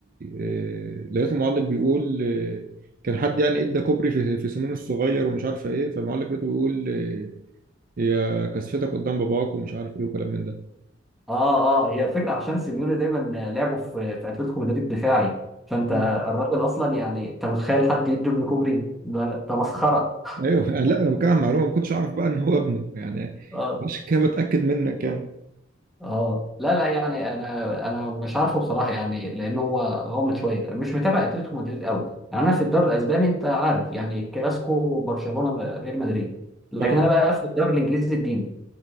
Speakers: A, on the right (about 45°); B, in the centre.
A: آه، لقيت المعلق بيقول آه، كان حد يعني ادى كوبري في في سيميوني الصغير ومش عارفه ايه فالمعلق لقيته بيقول آه، يا كسفتك قدام باباك ومش عارف ايه وكلام من ده
B: آه آه هي الفكرة عشان سيميوني دايما لعبه في في أتلتيكو مدريد دفاعي فأنت
A: مم.
B: الراجل أصلا يعني أنت متخيل حد يدي ابن كوبري ده ده مسخرة
A: ايوه <laughs> آه، لا انا بتكلم عن معلومه ما كنتش اعرف بقى ان هو ابنه يعني
B: آه
A: مش كده بتاكد منك يعني
B: آه لا لا يعني أنا أنا مش عارفه بصراحة يعني لأن هو غامض شوية مش متابع أتلتيكو مدريد قوي يعني أنا في الدوري الأسباني أنت عارف يعني كلاسيكو برشلونة ريال مدريد لكن
A: اه
B: أنا بقى في الدوري الإنجليزي الدين